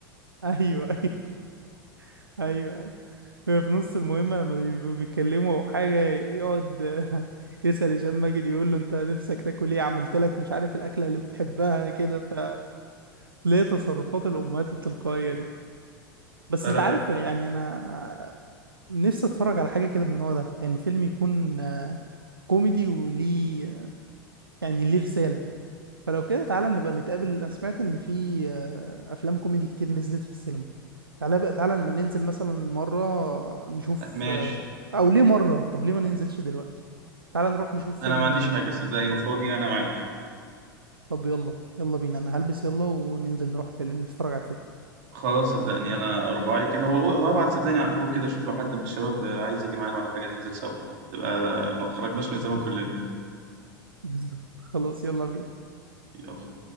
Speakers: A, on the right; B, on the right.
A: <laughs> ايوه ايوه ايوه ايوه هي في نص المهمه لما بيبقوا بيتكلموا او حاجه يقعد <laughs> يسال هشام ماجد يقول له انت نفسك تاكل ايه عملت لك مش عارف الاكله اللي بتحبها كده فليه تصرفات الامهات التلقائيه دي بس
B: فلا
A: انت عارف
B: لا
A: يعني انا نفسي اتفرج على حاجه كده من النوع ده يعني فيلم يكون آه، كوميدي وليه آه، يعني ليه رساله فلو كده تعالى نبقى نتقابل انا سمعت ان في آه، افلام كوميدي كتير نزلت في السينما تعالى بقى تعالى نبقى ننزل مثلا مرة نشوف
B: ماشي
A: او ليه مرة طب ليه ما ننزلش دلوقتي تعال نروح نشوف
B: انا
A: فيلم
B: ما عنديش
A: آه،
B: حاجة صدقني وفاضي انا معاك
A: طب يلا يلا بينا انا هلبس يلا وننزل نروح فيلم نتفرج على الفيلم
B: خلاص صدقني انا رباعي كده وابعت صدقني على الجروب كده اشوف لو حد من الشباب عايز يجي معانا ولا حاجة ننزل سوا تبقى ما خرجناش من زمان كلنا
A: <laughs> بالظبط خلاص يلا بينا
B: يلا